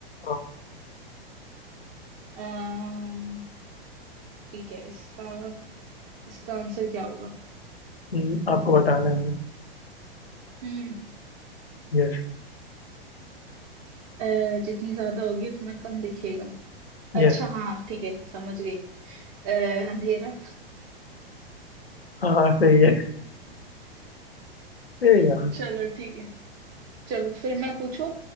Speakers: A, on the left; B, on the right.
A: हाँ
B: अम्म, ठीक है इसका इसका आंसर क्या होगा
A: हम्म, आपको बताना है
B: हम्म
A: यस
B: अ, जितनी ज्यादा होगी उतना कम दिखेगा
A: यस
B: अच्छा हाँ ठीक है समझ गई अ, अंधेरा
A: हाँ सही है <laughs> ए
B: <laughs>
A: यार
B: चलो ठीक है चलो फिर मैं पूछू